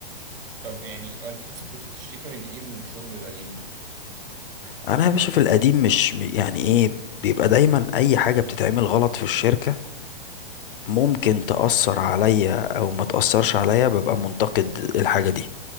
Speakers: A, on the right; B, on the left.
A: طب يعني انت اصلا كنت بتشتكي من ايه من الشغل القديم
B: فانا يا باشا في القديم مش يعني ايه بيبقى دايما اي حاجه بتتعمل غلط في الشركه ممكن تأثر عليا او ما تأثرش عليا ببقى منتقد الحاجه دي